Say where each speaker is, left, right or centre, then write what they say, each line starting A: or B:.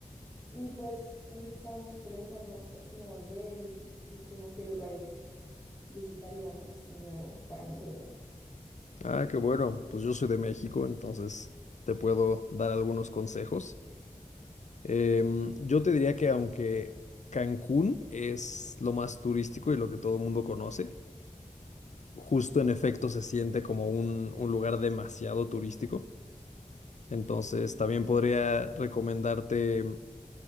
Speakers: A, on the left (about 30°); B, on the left (about 60°).
A: Y pues nos estábamos preguntando por qué no volver y, y como qué lugares visitaríamos así nuevos para nosotras.
B: Ah, qué bueno. Pues yo soy de México, entonces te puedo dar algunos consejos. Em, yo te diría que aunque Cancún es lo más turístico y lo que todo el mundo conoce, justo en efecto se siente como un, un lugar demasiado turístico. Entonces también podría recomendarte